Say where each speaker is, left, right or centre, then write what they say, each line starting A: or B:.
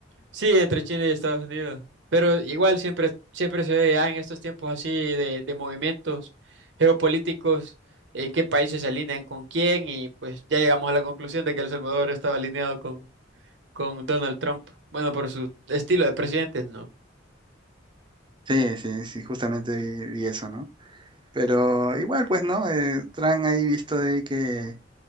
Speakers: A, on the right (about 65°); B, on the right (about 25°).
A: sí, entre China y Estados Unidos. Pero igual siempre, siempre se ve ya en estos tiempos así de, de movimientos geopolíticos, eh, qué países se alinean con quién y pues ya llegamos a la conclusión de que El Salvador estaba alineado con Donald Trump. Bueno, por su estilo de presidente, ¿no?
B: Sí, sí, sí, justamente y, y eso, ¿no? Pero igual, pues, ¿no? Eh, Trump ahí visto ahí que